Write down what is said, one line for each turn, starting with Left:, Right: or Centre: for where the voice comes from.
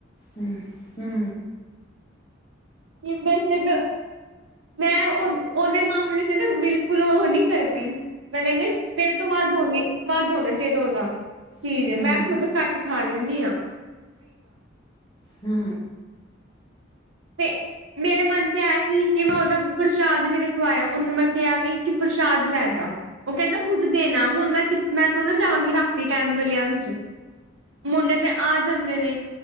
Left: ਹੂ ਹੂ
Right: ਬੇਸਟ, ਮੈਂ ਉਹ ਦੇ ਉਹਦੇ ਮਾਮਲੇ ਚ ਨਾ, ਬਿਲਕੁਲ ਉਹ ਨਹੀਂ ਕਰਦੀ ਈ ਮੈਂ ਕਹਿੰਦੀ ਮੇਰੇ ਤੋਂ ਵੱਧ ਹੋਣੀ, ਵੱਧ ਹੋਣਾ ਚਾਹੀਦਾ ਉਹਦਾ ਚੀਜ਼,
Left: ਹੂੰ ਹੂੰ
Right: ਹੈ ਮੈਂ ਖੁੱਦ ਘੱਟ ਖਾ ਲੈਨੀ ਆਂ
Left: ਹੂ
Right: ਤੇ ਮੇਰੇ ਮਨ ਚ ਇਹ ਸੀ, ਕਿ ਮੈਂ ਉਦੋਂ ਪ੍ਰਸ਼ਾਦ ਵੀ ਰਖਵਾਇਆ ਸੀ, ਉਹਨੂੰ ਮੈਂ ਕਿਹਾ ਵੀ ਕਿ ਪ੍ਰਸ਼ਾਦ ਲੈ ਜਾ ਉਹ ਕਹਿੰਦਾ ਖੁਦ ਦੇਣਾ, ਹੁਣ ਮੈਂ ਮੈਂ ਥੋੜਾ ਨਾ ਜਾਵਾਂਗੀ ਰਾਤੀ ਟਾਈਮ, ਗਲੀਆਂ ਵਿੱਚ, ਮੁੰਡੇ ਤੇ ਆ ਜਾਂਦੇ ਨੇ,